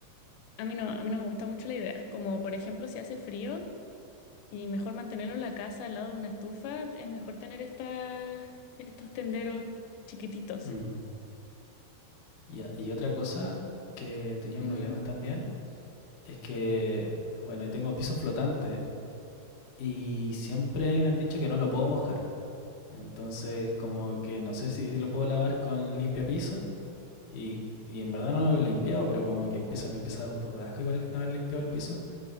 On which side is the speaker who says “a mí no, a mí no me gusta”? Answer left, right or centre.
Left